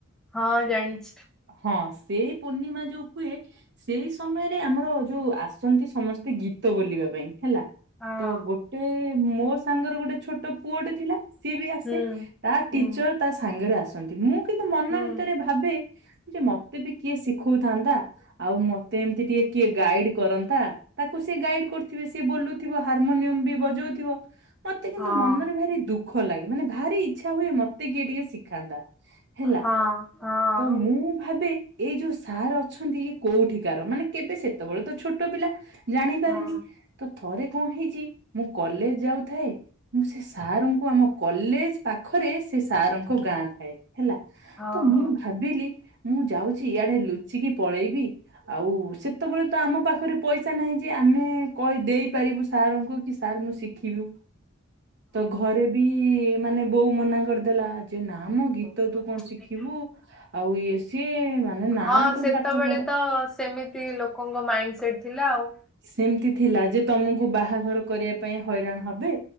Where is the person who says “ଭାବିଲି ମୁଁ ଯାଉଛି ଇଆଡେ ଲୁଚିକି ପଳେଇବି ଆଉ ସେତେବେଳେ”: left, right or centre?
Right